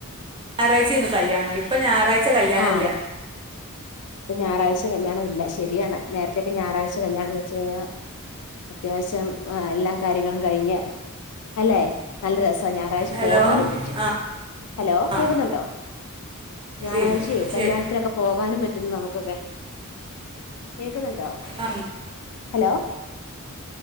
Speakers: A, on the right; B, on the left.
A: ഞായറാഴ്ചേനു കല്യാണം ഇപ്പ ഞാറാഴ്ച കല്യാണല്ല
B: ആഹ് ഇപ്പൊ ഞാറാഴ്ച കല്യാണം ഇല്ല ശരിയാണ് നേരത്തെക്കെ ഞാറാഴ്ച കല്യാണം വെച്ച് കഴിഞ്ഞാ അത്യാവശ്യം എല്ലാ കാര്യങ്ങളും കഴിഞ്ഞ് അല്ലെ നല്ല രസവാ ഞായറാഴ്ച
A: ഹലോ
B: പോകാനും പറ്റും
A: ആ
B: ഹലോ
A: ആ,
B: കേക്കുന്നുണ്ടോ ഞാറാഴ്ചയേ
A: ഇല്ല ശരി
B: കല്യാണത്തിനൊക്കെ പോകാനും പറ്റും നമുക്കൊക്കെ കേക്ക്ന്ന്ണ്ടോ
A: ആ,
B: ഹലോ